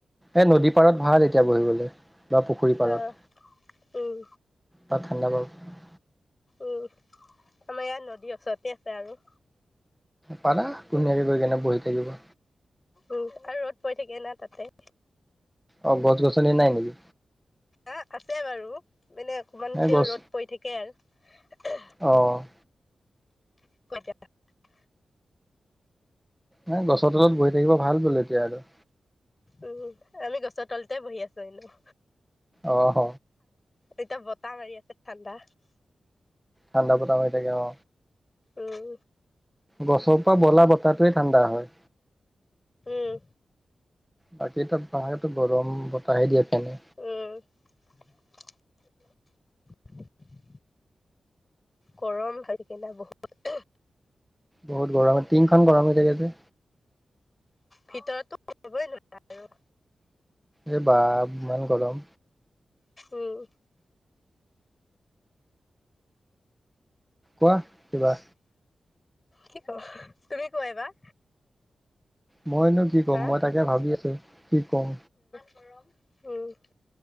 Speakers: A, in the centre; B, on the left (about 20°).
A: এ নদী পাৰত ভাল এতিয়া বহিবলৈ। বা পুখুৰী পাৰত।
B: অ', উম,
A: তাত ঠাণ্ডা বাৰু।
B: উম, আমাৰ ইয়াত নদীৰ ওচৰতে আছে আৰু।
A: পাৰা, ধুনীয়াকে গৈ কেনে বহি থাকিব।
B: উম, আৰু ৰ'দ পৰি থাকে না তাতে?
A: অ' গছ-গছনি নাই নেকি?
B: অ'- আছে বাৰু। মানে অকমান
A: নাই
B: কেও
A: গছ
B: ৰ'দ পৰি থাকে আৰু।
A: অ'।
B: <unintelligible>
A: এ গছৰ তলত বহি থাকিব ভাল বোলে এতিয়া আৰু।
B: উম, আমি গছৰ তলতে বহি আছোঁ এনে।
A: অ' হ।
B: এতিয়া বতাহ মাৰি আছে ঠাণ্ডা।
A: ঠাণ্ডা বতাহ মাৰি থাকে অ
B: উম
A: গছৰ পৰা বলা বতাহটোৱে ঠাণ্ডা হয়
B: উম
A: বাকী তো বাহিৰটো গৰম বতাহে দিয়ে ফেনে
B: উম গৰম হৈ কিনে বহুত
A: বহুত গৰম টিঙখন গৰম হৈ থাকে যে
B: ভিতৰতো কৰিবই নোৱাৰে আৰু।
A: এই বাপ ইমান গৰম।
B: উম।
A: কোৱা কিবা।
B: কি কওঁ? তুমি কোৱা এইবাৰ।
A: মইনো কি ক'ম,
B: হা
A: মই তাকে ভাবি আছোঁ। কি কম।
B: গৰম। উম।